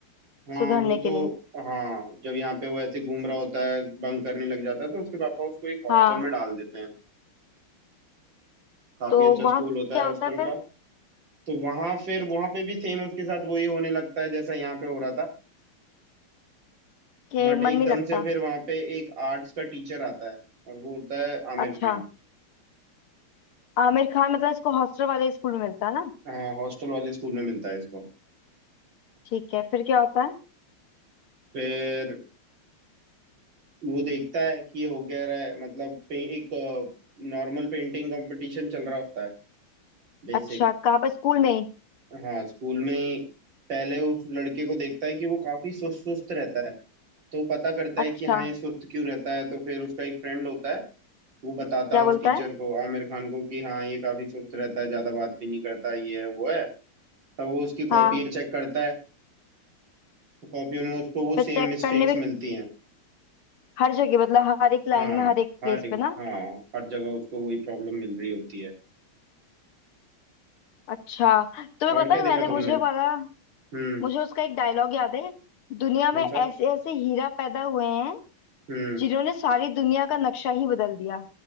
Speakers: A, on the right (about 60°); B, on the left (about 80°).
A: हाँ
B: सुधरने
A: वो तो
B: के लिए
A: हाँ जब यहाँ पे वो ऐसे घूम रहा होता है बंक करने लग जाता है तो उसके पापा उसको एक हॉस्टल
B: हाँ
A: में डाल देते हैं काफी
B: तो
A: अच्छा
B: वहां
A: स्कूल
B: क्या
A: होता है हॉस्टल
B: होता है फिर
A: का तो वहां फिर वहां पे भी सेम उसके साथ वही होने लगता है जैसा यहाँ पे हो रहा था
B: कि
A: बट
B: मन
A: एकदम
B: नहीं लगता
A: से फिर वहां पे एक आर्ट्स का टीचर आता है और वो होता है आमिर
B: अच्छा
A: खान
B: आमिर खान मतलब इसको हॉस्टल वाले स्कूल में मिलता है ना
A: हाँ हॉस्टल वाले स्कूल में मिलता है इसको
B: ठीक है फिर क्या होता है
A: फिर वो देखता है कि ये हो क्या रहा है मतलब पे, एक नॉर्मल पेंटिंग कंपटीशन चल रहा होता है बेसिक
B: अच्छा कहाँ पर स्कूल में ही
A: हाँ स्कूल में ही पहले उस लड़के को देखता है कि वो काफी सुस्त सुस्त रहता है तो वो पता करता है
B: अच्छा
A: कि हाँ ये सुस्त क्यों रहता है तो फिर उसका एक फ्रेंड होता है वो बताता
B: क्या
A: है
B: बोलता
A: उस टीचर
B: है
A: को आमिर खान को कि हाँ ये काफी सुस्त रहता है ज्यादा बात भी नहीं करता ये है वो है तब वो उसकी
B: हाँ
A: कॉपियां चेक करता है तो कॉपियों में उसको वो
B: फिर
A: सेम
B: चेक
A: मिस्टेक्स
B: करने भी
A: मिलती हैं
B: हर जगह मतलब हर एक लाइन
A: हाँ
B: में हर एक
A: हर
B: प्लेस पे ना
A: हाँ हर जगह उसको वही प्रॉब्लम मिल रही होती है
B: अच्छा तुम्हें पता
A: और क्या
B: है
A: देखा
B: मैंने
A: तुमने
B: मुझे वाला
A: हम्म
B: मुझे उसका एक डायलॉग याद है दुनिया
A: कौन
B: में ऐसे
A: सा
B: ऐसे हीरा पैदा हुए हैं
A: हम्म
B: जिन्होंने सारी दुनिया का नक्शा ही बदल दिया